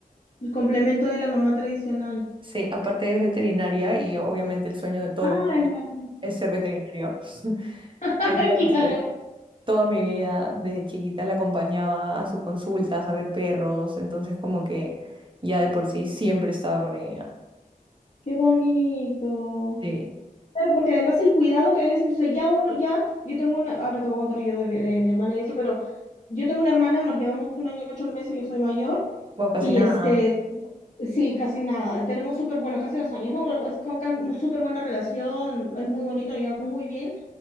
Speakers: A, on the left (about 55°); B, on the right (about 35°).
A: El complemento de la mamá tradicional.
B: sí, aparte es veterinaria y obviamente el sueño de todos
A: Ah,
B: los niños
A: la-
B: es ser veterinario. <laughs>
A: <laughs>
B: Entonces...
A: claro.
B: toda mi vida, desde chiquita la acompañaba a sus consultas, a ver perros, entonces como que ya de por sí siempre estaba con ella.
A: Qué bonito.
B: Sí,
A: Claro, porque además el cuidado que debes, entonces ya uno, ya, yo tengo una, ahora te voy a contar yo de mi, de mi hermana y eso, pero yo tengo una hermana, nos llevamos un año y ocho meses, yo soy mayor,
B: bueno, casi
A: y
B: nada.
A: este, sí, casi nada, tenemos súper, bueno, casi dos años, ¿no? Es como que súper buena relación, es muy bonito, nos llevamos muy bien,